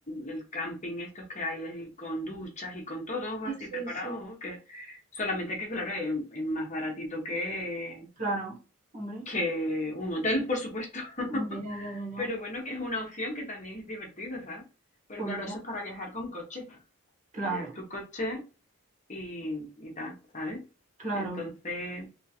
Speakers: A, on the left; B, on the right.
A: el camping estos que hay ahí con duchas y con todo
B: Sí,
A: así
B: sí,
A: preparado,
B: sí.
A: ¿no? que solamente que claro, es, es más baratito que,
B: Claro, hombre,
A: que un hotel, por supuesto. <laughs>
B: hombre, ya, ya, ya, ya.
A: Pero bueno, que es una opción que también es divertida, ¿sabes? Pero
B: Pues
A: claro,
B: mira,
A: eso es para viajar con coche,
B: claro,
A: que lleves tu coche y, y tal, ¿sabes?
B: claro,
A: Entonces,